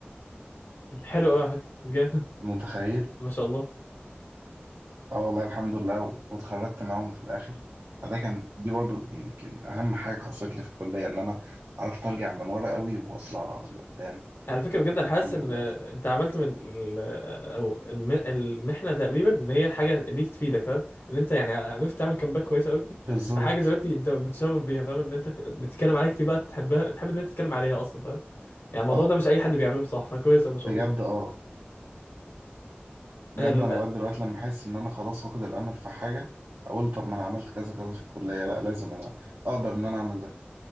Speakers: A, on the left; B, on the right.
A: حلو قوي على فكره جامد
B: متخيل
A: <laughs> ما شاء الله
B: اه والله الحمد لله و... واتخرجت معاهم في الاخر فده كان دي برضو دي يمكن اهم حاجه حصلت لي في الكليه ان انا عرفت ارجع من ورا قوي واطلع لقدام
A: على فكره بجد انا حاسس
B: الحمد
A: ان
B: لله
A: آه، انت عملت من ال- آه، او الم- المحنه تقريبا ان هي حاجه ليك تفيدك فاهم ان انت يعني عرفت تعمل كامباك كويس قوي <laughs>
B: بالظبط
A: في حاجه دلوقتي انت متشرف بيها فاهم ان انت بتتكلم عليها كتير بقى تحبها تحب ان انت تتكلم عليها اصلا فاهم يعني الموضوع
B: اه
A: ده مش اي حد بيعمله بصح فكويس أوي ما شاء
B: بجد
A: الله
B: اه بجد
A: انا ال-
B: انا لغايه دلوقتي لما احس ان انا خلاص واخد الامل في حاجه اقول طب ما انا عملت كذا كذا في الكليه لا لازم انا اقدر ان انا اعمل ده ان